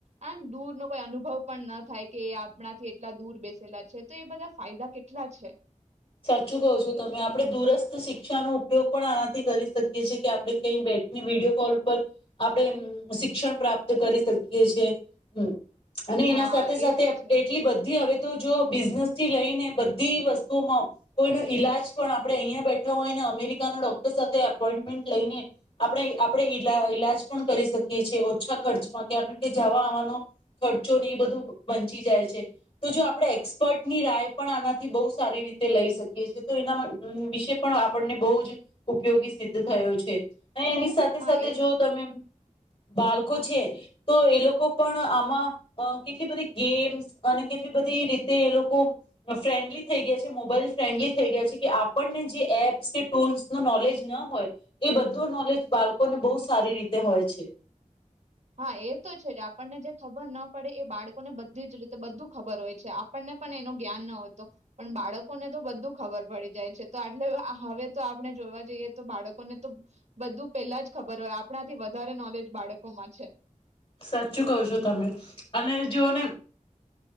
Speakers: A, on the right (about 60°); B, on the left (about 45°).
A: <unintelligible> દૂર ન કોઈ અનુભવ પણ ન થાય કે આપણાથી એટલા દૂર બેસેલા છે, તો એ બધા ફાયદા કેટલા છે.
B: સાચું કહો છો તમે આપણે દુરસ્ત શિક્ષાનોો ઉપયોગ પણ આનાથી કરી શકીએ છેએ કે આપણે કઈ બેઠીને વિડીયો કોલ પર આપણે શિક્ષણ પ્રાપ્ત કરી શકીએ છે, હમ. અને
A: હા
B: એના સાથે, સાથે,
A: એ તો છે.
B: એટલી બધી હવે તો જો બિઝનેસ થી લઈને બધી વસ્તુમાં કોઈનો ઈલાજ પણ આપડણે અહીયાં બેઠા હોય ને અમેરિકાના ડોક્ટર સાથે એપોઈન્ટમેન્ટ લઈને આપણે આપણે ઈ ઈલાજ પણ કરી શકીએ છેએ ઓછા ખર્ચમાં <inaudible> જવા આવવાનો ખર્ચોને એ બધું બચી જાય છે, તો જો આપણેે એક્સપર્ટની રાય પણ આનાથી બહુ સારી રીતે તે લઈ શકીએ છી તો એના વિશે પણ આપણને બહુ જ ઉપયોગી સિદ્ધ થયો છે. ને એની સાથે
A: હા
B: સાથે
A: એ
B: જો તમે બાળકો
A: હા
B: છે. તો એલોકો પણ આમાં અ કેટલી બધી ગેમ્સ અને કેટલી બધી રીતે એ લોકો ફ્રેન્ડલી થઈ ગયા છે. મોબાઈલ ફન્ડલી થઈ ગયા છે, કે આપણને જે એપ્સ કે ટૂલ્સ ન નોલેજ ન હોય એ બધું નોલેજ બાળકોને બહ સારી રીતે હોય છે.
A: હા એ તો છે, જ આપણને જે ખબર ના પડે એ બાળકોને બધી જ રીતે બધું ખબર હોય છે, આપણને પણ એનો જ્ઞાન ન હોતો પણ બાળકોને તો બધું ખબર પડી જાય છે, તો આટલે હવે તો આપણે જોવા જઈએ તો બાળકોને તો બધું પેલા જ ખબર હોય આપણાથી વધારે નોલેજ બાળકોમાં છે.
B: સાચું કહ છો તમે અને જોને